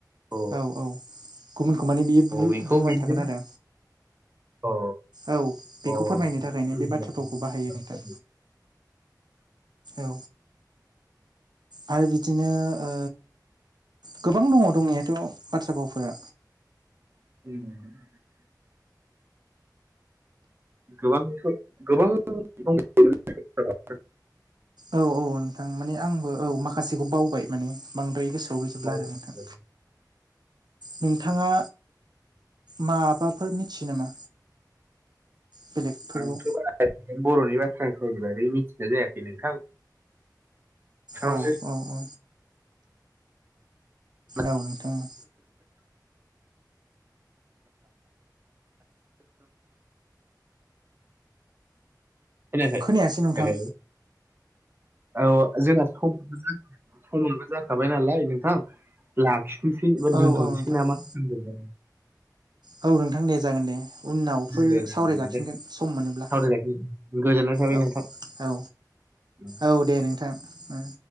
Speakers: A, on the right; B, on the right.
A: अ
B: औ औ गुबुनखौ माने बियो बु-बुंबाय
A: अ बेखौ बेजों
B: थागोन आरो
A: अ
B: औ बेखौ
A: अ
B: फोरमायनो थाखायनो
A: बुजिबाय।
B: बे बाथ्रा फावखौ बाहायो नोंथां। औ आरो बि दिनो ओ गोबां दङ दंनायाथ' बाथ्रा भावफोरा
A: <unintelligible> गोबां <unintelligible> <unintelligible>
B: औ औ नोंथां माने आंबो औ माखासेखौ बावबाय माने बांद्राय गोसोआव गैजोबला
A: औ,
B: आरो नोंथां नोंथाङा माबाफोर मिथियो नामा? बेलेगफोरखौ
A: आंथ' बारा बर'नि बाथ्राफोरनि बागै मिथिनाय जायाखै नोंथां
B: औ
A: आंथ
B: औ औ
A: <unintelligible>
B: औ नोंथाङा
A: खोनायाखै
B: खोनायासै नोंथां
A: हेलौ औ जोंना समाबो <unintelligible> समाबो जाखाबाय नालाय नोंथां लाखिनोसै एबा
B: औ
A: दोनथ'नोसै
B: औ नोंथां
A: नामा
B: औ
A: होनदोंमोन।
B: औ नोंथां दे जागोन दे। उनावफोर
A: दे दे
B: सावरायजाफिनगोन
A: दे <unintelligible>
B: सम मोनोब्ला
A: गोजोननाय थाबाय
B: औ
A: नोंथां।
B: औ
A: उ
B: औ दे नोंथां उम